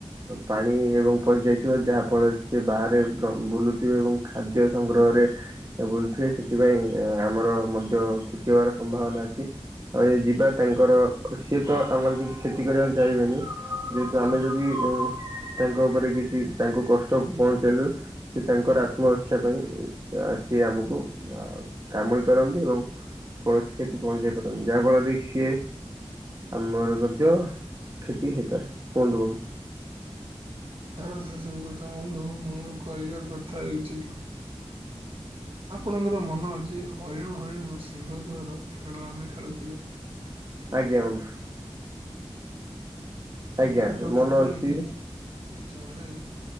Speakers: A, on the right; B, on the right.
A: ପାଣି ଣି ଏବଂ ପଶିଯାଇଥିବ ଯାହା ଫଳରେ ସେ ବାହାରେ ବ୍ର ବୁଲୁଥିବେ ଏବଂ ଖାଦ୍ୟ ସଂଗ୍ରହରେ ବୁଲୁଥିବେ ସେଥିପାଇଁ ଆମର ମଧ୍ୟ କ୍ଷତି ହବାର ସମ୍ଭାବନା ଅଛି। ଛି ଆଉ ଏଇ ଯିବା ତାଙ୍କର ସିଏ ତ ଆମର କିଛି କ୍ଷତି କରିବାକୁ ଚାହିଁବେନି। ଯେହେତୁ
B: ଆଚ୍ଛା
A: ଆମେ ଯଦି ଏ ତାଙ୍କ ଉପରେ କିଛି ତାଙ୍କୁ କଷ୍ଟ ପହଞ୍ଚେଇଲୁ ସେ ତାଙ୍କର ଆତ୍ମରକ୍ଷା ପାଇଁ ସିଏ ଆମକୁ କାମୁଡ଼ି ପାରନ୍ତି ଏବଂ କୌଣସି କ୍ଷ ତି ପହଞ୍ଚେଇ ପାରନ୍ତି ଯାହାଫଳରେ କି ସିଏ ଆମର ମଧ୍ୟ କ୍ଷତି ହେଇପାରେ କୁହନ୍ତୁ ବନ୍ଧୁ।
B: ଛାର ସେସବୁ କଥା ମ ମୋର କହିଆର କଥା ହେଉଚିଯେ ଆପଣଙ୍କର ମନ ଅଛି ହରିଣ ହରିଣ ସିଂହ ଦୁ୍ଆର ଖେଳ ଆମେ ଖେଳୁଥିଲେ।
A: ଆଜ୍ଞା ବନ୍ଧୁ।
B: ସେଥିରେ
A: ଆଜ୍ଞା
B: କଥା
A: ମନ
B: କଣ
A: ଅଛି
B: କି ଜଣେ